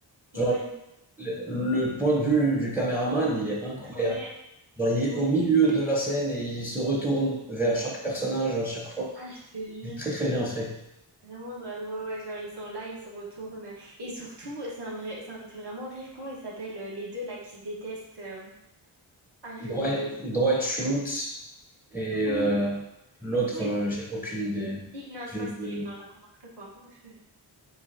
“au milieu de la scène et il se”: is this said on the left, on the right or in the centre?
Centre